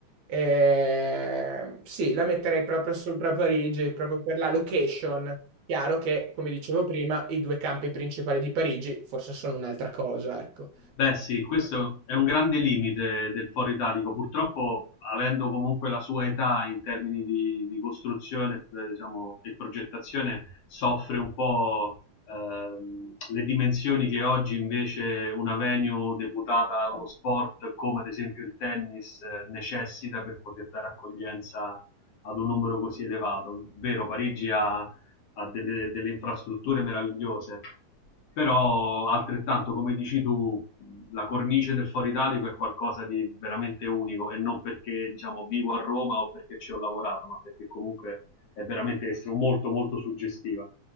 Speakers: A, on the right; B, on the left.
A: eh, sì, la metterei proprio sopra Parigi, proprio per la location. Chiaro che, come dicevo prima, i due campi principali di Parigi forse sono un'altra cosa, ecco.
B: Beh, sì, questo è un grande limite del foro italico. Purtroppo, avendo comunque la sua età in termini di, di costruzione, eh, diciamo, e progettazione, soffre un po' ehm, le dimensioni che oggi invece una venue deputata allo sport, come ad esempio il tennis, eh, necessita per poter dare accoglienza ad un numero così elevato. Vero, Parigi ha ha delle, delle infrastrutture meravigliose, però altrettanto, come dici tu, la cornice del Foro Italico è qualcosa di veramente unico e non perché diciamo, vivo a Roma o perché ci ho lavorato, ma perché comunque è veramente molto molto suggestiva.